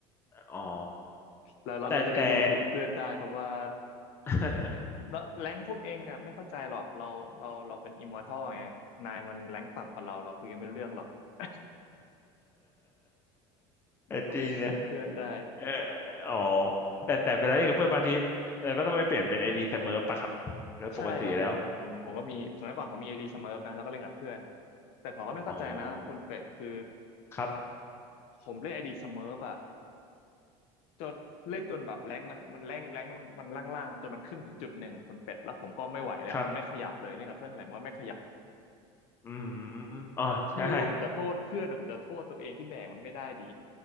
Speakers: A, on the left; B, on the left.
A: อ๋อ
B: เราเราเราจะไปดูถูกเพื่อนได้ครับว่า
A: แต่แต่ <laughs>
B: เอ่อแล้วแรงพวกเองเนี่ยไม่เข้าใจหรอกเราเราเราเป็นอิมมอร์ทัลไงนายมันแรงต่ำกว่าเราเราคุยกันไม่รู้เรื่องหรอก <laughs>
A: เออจริงนะ
B: ก็ไปขิงเพื่อนได้
A: เอออ๋อแต่แต่เวลาเล่นกับเพื่อนบางทีเราก็ต้องไปเปลี่ยนเป็นไอดีเสมอปะครับ แล้วปกติแล้ว
B: ใช่ครับผมผมผมผมก็มีสมัยก่อนผมมีไอดีสมิร์นะแล้วก็เล่นกับเพื่อนแต่ผมก็ไม่เข้าใจนะคุณเป็ดคือ
A: อ๋อ ครับ
B: ผมเล่นไอดีสมิร์อะจนเล่นจนแบบแรงค์มันมันแรงค์แรงค์มันมันล่างๆจนมันขึ้นถึงจุดหนึ่งอะคุณเป็ดแล้วผมก็ไม่ไหวแล้วมันไม่ขยับเลยเล่นกับเพื่อนเท่าไหร่มันก็ไม่ขยับ
A: ครับอืมอ๋อ ใช่
B: ไม่รู้ว่าผมจะโทษเพื่อนหรือผมจะโทษตัวเองที่แบกมันไม่ได้ดี